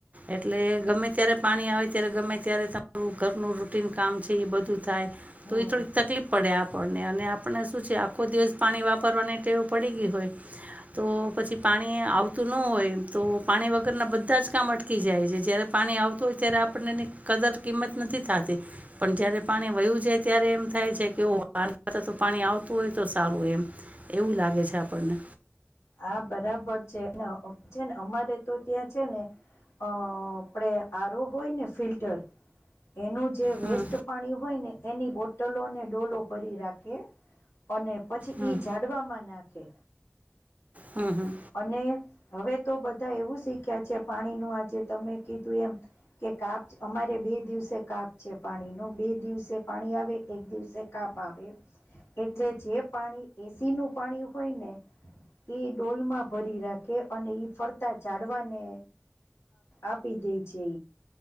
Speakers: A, on the right; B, on the left.
A: એટલે ગમે ત્યારે પાણી આવે ત્યારે ગમે ત્યારે તમારું ઘરનું રૂટન કામ છે એ બધું થાય
B: હમ
A: તો એ થોડીક તકલીફ પડે આપણને અને આપણને શું છે આખો દિવસ પાણી વાપરવાની ટેવું પડી ગયું હોય તો પછી પાણી આવતું ન હોય તો પાણી વગરના બધા જ કામ અટકી જાય છે જારે પાણી આવતું હોય ત્યારે આપણનેની કદર કિંમત નથી થતી પણ જ્યારે પાણી વયું જાય ત્યારે એમ થાય છે કેવો કરતા તો પાણી આવતું હોય તો સારું એમ એવું લાગે છે આપણને
B: હા બરાબર છે ને છે ને અમારે તો ત્યાં છે ને અ આપડે આરો હોય ને ફિલ્ટર એનું જે વેસ્ટ
A: હમ
B: પાણી હોય ને એની બોટલો ને ડોલો ભરી રાખે અને પછી
A: હમ
B: ઈ જાડવામાં નાખે
A: હમ હમ
B: અને હવે તો બધા એવું શીખ્યા છે પાણીનુંું આજે તમે કીધું એમ કે કાપ અમારે બે દિવસે કાપ છે પાણી ન બે દિવસે પાણી આવે એક દિવસે કાપ આવે એટલે જે પાણી એસી નું પાણી હોય ને એ ડોલમાં ભરી રાખે અને ઈ ફરતા જાડવાને આપી દે છે